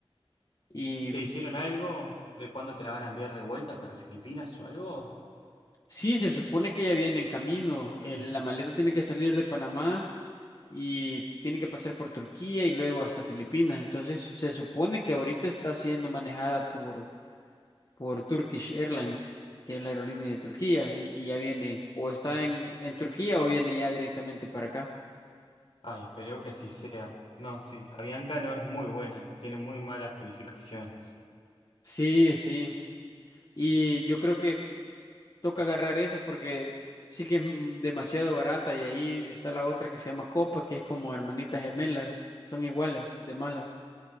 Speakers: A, on the left; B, on the left.
A: Y
B: ¿Y te dijeron algo de cuándo te la van a enviar de vuelta para Filipinas o algo?
A: sí, se supone que ya viene en camino. El- la maleta tiene que salir de Panamá y tiene que pasar por Turquía y luego hasta Filipinas. Entonces se supone que ahorita está siendo manejada por, por Turkish Airlines, que es la aerolínea de Turquía, y, y ya viene o está
B: No.
A: en, en Turquía o viene ya directamente para acá.
B: Ay, espero que así sea. No, sí, Avianca no es muy buena, tiene muy malas calificaciones.
A: Sí, sí. Y yo creo que Toca agarrar eso porque sí que es mm, demasiado barata y ahí está la otra que se llama Copa, que es como hermanitas gemelas, son iguales de malas.